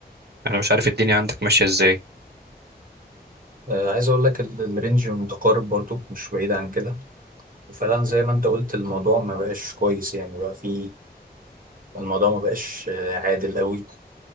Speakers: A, on the right; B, on the right.
A: أنا مش عارف الدنيا عندك ماشية إزاي
B: آه عايز اقول لك ال- الرينج متقارب برضو مش بعيد عن كده وفعلا زي ما انت قلت الموضوع ما بقاش كويس يعني بقى في الموضوع ما بقاش آه، عادل قوي